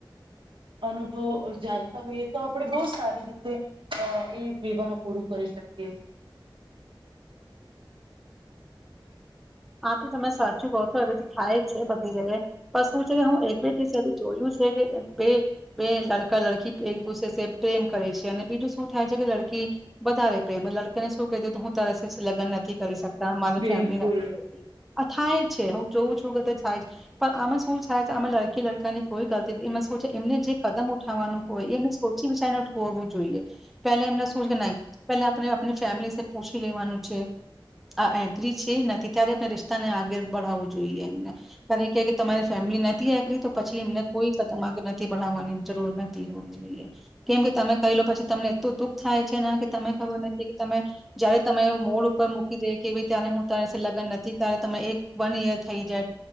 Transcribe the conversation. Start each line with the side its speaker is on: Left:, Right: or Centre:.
Right: અનુભવ જાણતા હોઈએ તો આપણે બહુ સારી રીતે એ વિવાહ પૂરું કરી શકે <inaudible>
Centre: હા તો તમે સાચું કઉ તો હવે તો થાય જ છે બધી જગ્યા પણ શું છે હું એક બે જોયું છે કે બે બે લડકા લડકી એક દસે પ્રેમ કરે છે અને બીજું શું થાય છે કે લડકી વધારે પ્રેમ લડકાને શું કહી દે તો હું તારે લગન નથી કરી શકતા અમારી
Right: બિલકુલ
Centre: ફેમલી અ થાય છે હું જોઉં છું કેધ થાય પણ આમાં શું થાય છે આમાં લડકી લડકાની કોઈ ગલતી એમાં શું છે એમને જે કદમ ઉઠાવવાનું હોય એ સોચી વિચાર હોવું જોઈએ પેલે એમને શું પે આપણે આપ ફેમિલી પૂછી લેવાનું છે આ એગ્રી છે ત્યારે આપણે રિશ્તાને આગળ બાવવું જોઈએ એમને કાર કે તમારી ફેમિલી નથી આરી તો પછી એમને કોઈ કદમ આગળ નથી ભઢાવવાની જરૂર નથી હોવી જોઈએ કેમ કે તમે કહી લો પછી તમને એલું દુઃખ થાય છે એના કે તને ખબર નથી કે તમે જયારે તમે એવ મોડ ઉપર મૂકી દઈ કે ભ ત્યારે હું ત લગ્ન નથી ત્યારે તમે એક વન ઈયર થઈ જાય